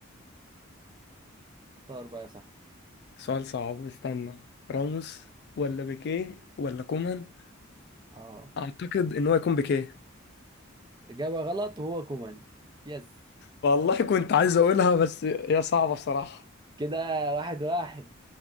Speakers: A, on the right; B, on the left.
A: اختار بقى يا صاحبي
B: سؤال صعب استنى راموس ولا بيكيه ولا كومان
A: اه
B: اعتقد ان هو يكون بيكيه
A: إجابة غلط وهو كومان يس
B: والله كنت عايز اقولها بس هي صعبه بصراحه
A: كده واحد واحد